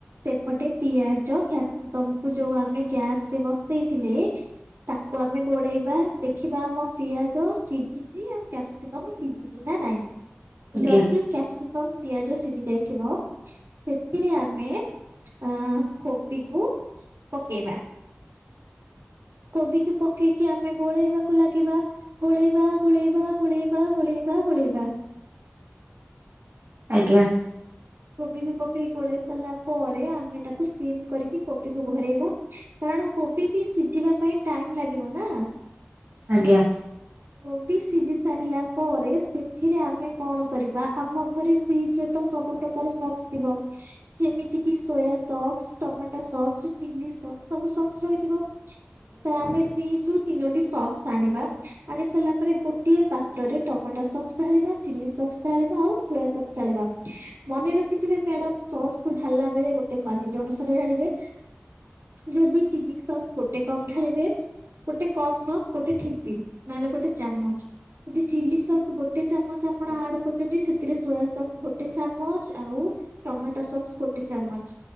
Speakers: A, on the right; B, on the right.
A: ସେପଟେ ପିଆଜ କ୍ୟାପ୍ସିକମ୍ କୁ ଯୋଉ ଆମେ ଗ୍ୟାସ ରେ ବସେଇଥିଲେ ତାକୁ ଆମେ ଗୋଳେଇବା। ଦେଖିବା ଆମ ପିଆଜ ସିଝିଛି ଆଉ କ୍ୟାପସିକମ୍ ସିଝିଛି ନା ନାଇଁ।
B: ଆଜ୍ଞା।
A: ଯଦି କ୍ୟାପସିକମ ପିଆଜ ସିଝି ଯାଇଥିବ ସେଥିରେ ଆମେ। ଅ କୋବି କୁ ପକେଇବା। କୋବିକୁ ପକେଇକି ଆମେ ଗୋଳେଇବାକୁ ଲାଗିବା। ଗୋଳେଇବା ଗୋଳେଇବା ଗୋଳେଇବା ଗୋଳେଇବା ଗୋଳେଇବା।
B: ଆଜ୍ଞା।
A: କୋବିକୁ ପକେଇ ଗୋଳେଇ ସାରିଲା ପରେ ଆମେ ତାକୁ ସିମ କରିକି କୋବିକୁ ଘୋରେଇବା। କାରଣ କୋବି ବି ସିଝିବା ପାଇଁ ଟାଇମ ଲାଗିବ ନା।
B: ଆଜ୍ଞା।
A: କୋବି ସିଝି ସାରିଲା ପରେ ସେଥିରେ ଆମେ କଣ କରିବା ଆମ ଘରେ ଫ୍ରିଜ ରେ ତ ସବୁ ପ୍ରକାର ସକ୍ସ ଥିବ
B: ହ
A: ଯେମିତି କି ସୋୟା ସକସ୍ ଟମାଟୋ ସକସ୍ ଚିଲ୍ଲି ସ ସବୁ ସକ୍ସ ରହିଥିବ ତ ଆମେ ଫ୍ରିଜ ରୁ ତିନୋଟି ସକ୍ସ ଆଣିବା। ଆଣି ସାରିଲା ପରେ ଗୋଟିଏ ପାତ୍ରରେ ଟମାଟୋ ସକସ୍ ଢାଳିବା ଚିଲି ସକସ୍ ଢାଳିବା ଆଉ ସୋୟା ସକସ୍ ଢାଳିବା। ମନେ ରଖିଥିବେ ମ୍ୟାଡମ୍ ସସ୍ କୁ ଢାଳିଲା ବେଳେ ଗୋଟେ କ୍ୱାଲିଟୀ ଅନୁସାରେ ଢାଳିବେ। ଯଦି ଚିଲ୍ଲି ସକସ୍ ଗୋଟେ କପ ଢାଳିବେ ଗୋଟେ କପ୍ ନୁହ ଗୋଟେ ଠିପି। ନହେଲେ ଗୋଟେ ଚାମଚ ଯିଦି ଚିଲି ସକସ୍ ଗୋଟେ ଚାମଚ ଆ ଆପଣ ଆଡ କରୁଛନ୍ତି ସେଥିରେ ସୋୟା ସକ୍ସ ଗୋଟେ ଚାମ ଚ ଆଉ ଟମାଟୋ ସକସ୍ ଗୋଟେ ଚାମଚ୍